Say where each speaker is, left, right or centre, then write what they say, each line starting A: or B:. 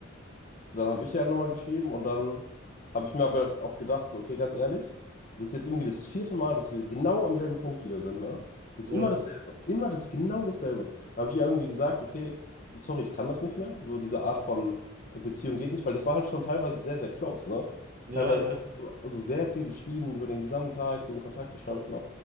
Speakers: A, on the left; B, on the right.
A: dann habe ich ihr halt nochmal geschrieben und dann habe ich mir aber halt auch gedacht, so, okay, ganz ehrlich, das ist jetzt irgendwie das vierte Mal, dass wir genau am selben Punkt wieder sind, ne? Das
B: ja,
A: ist immer dasselbe, immer das, genau dasselbe. Und habe ich ihr irgendwie gesagt, okay, sorry, ich kann das nicht mehr. So diese Art von äh, Beziehung geht nicht, weil das war halt schon teilweise sehr, sehr close, ne?
B: ja,
A: Teilweise,
B: ja, ja. ja. ja.
A: also sehr viel geschrieben, über den gesamten Tag in Kontakt gestanden,
B: ja.